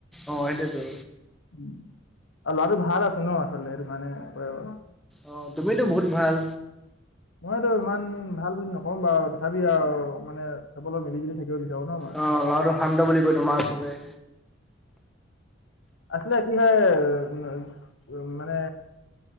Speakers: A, in the centre; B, on the left.
A: অ সেইটোৱেটো
B: আৰু লৰাটো ভাল আছে নহ, আচলতে সেইটো কাৰণে কৰে কহ
A: অহ, তুমিতো বহুত ভাল।
B: মইতো ইমান ভাল বুলি নকম বাৰু তথাপি আৰু মানে চবলৈ মিলি জুলি থাকিব বিচাৰো ন মই
A: অহ, লৰাটো শান্ত বুলি কয় তোমাৰ চবে।
B: আচলে কি হয়, উ উ মানে